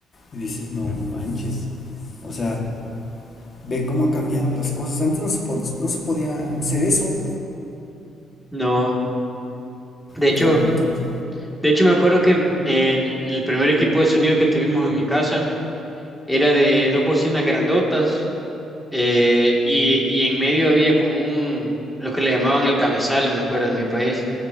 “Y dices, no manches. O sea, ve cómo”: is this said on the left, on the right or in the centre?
Left